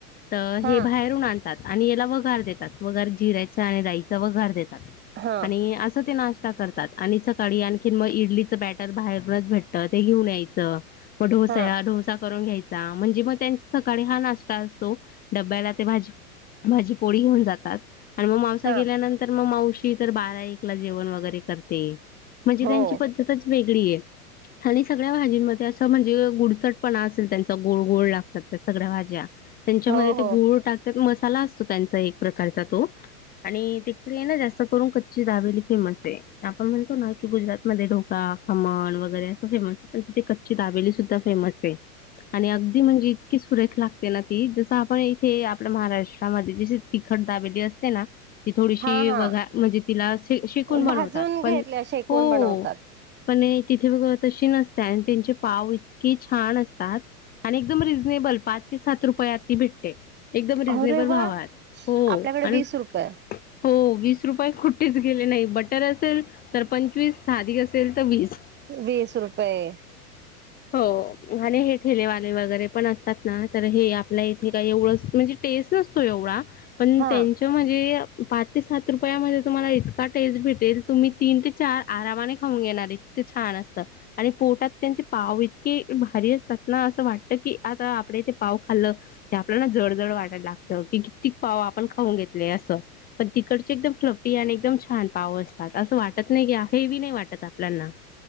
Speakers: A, on the left (about 20°); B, on the right (about 25°).
A: त
B: हा
A: हे बाहेरून आण आणि याला वगार देतात. वागार जिऱ्याचा आणि राईचा वगार देतात
B: हा
A: आणि असं ते नाश स्टा करतात. आणि सकाळी आणखीन म इडलीचं बॅटर बाहेरूनच भेटत ते घेऊन यायचं म डोस्या
B: हा
A: डोस करुन घ्यायचा, म्हणजे म त्यांचं सकाळी हा नाश्ता असतो. डब्याला ते भाजी भाजी पोळी घेऊन जातात. आणि म मावसा
B: हा
A: गेल्यानंतर म मावशी तर बारा एक ला जेवण वगैरे करते. म्हणजे
B: हो
A: त्यांची पद्धतच वेगळी ये. आणि सगळ्या भाजींमध्ये असं म्हणजे गुडचट पणा असेल त्यांचा गोळ गोळ लागतात त्या सगळ्या भाज्या त्यांच्यामध्ये
B: हो
A: ते
B: हो
A: गुळ टाक त्यात मसाला असतो. त्यांचा एक प्रकारचा तो आणि तिकडे ये ना जास्त करून कच्ची दाबेली फेमस ये. आपण म्हणतो ना की गुजरात मध्ये डोकळा खमण वगैरे असं फेमस आहे. पण तिथे कच्ची दाबेली सुद्धा फेमस आहे. आणि अगदी म्हणजे इतकी सुरेख लागते ना ती जसं आपण इथे आपल्या महाराष्ट्रामध्ये ज तिखट दाबेली असते ना ती थोडीशी
B: हा हा
A: वघा म्हणजे तिला श शेकून बनवतात
B: भाजून
A: पण.
B: घेतले शेकून
A: हो.
B: बनवतात
A: पण तिथे बघ तशी नसते आणि त्यांचे पाव इतकी छान अस तात आणि एकदम रिजनेबल पाच ते सात रुपयात ती भे एकदम रिजनेबल
B: अरे
A: भावात.
B: वा
A: हो.
B: आपल्याकडे
A: आणि
B: वीस रुपये
A: हो वीस रुपये कुठेच गेले नाही. बटर असेल तर पंचवीस साध असेल तर वीस.
B: वीस रुपये
A: हो. आणि हे ठेलेवाले वगैरे पण असतात ना तर हे आपल्या इथे काही एवढं म्हणजे टेस्ट नसतो एवढा. पण
B: हा
A: त्यांची म्हणजे पाच ते सात रुपया मध्ये तुम्हाला इतका टेस्ट भेटेल तुम्ही तीन ते चार आरामाने खाऊन घेणार इतकं छान असता आणि पोटात त्यांचे पाव इतके भारी असतात ना. असं वाटत की आता आपडे इथे पाव खाल्लं क आपल्याला जड जड वाटायला लागतं की किततीक पाव आपण खाऊन घेतले असं. पण तिकडचे एकदम फ्लफी आणि एकदम छान पाव असतात असं वाटत नाही का्या हेवी नाही वाटत आपल्याना‌.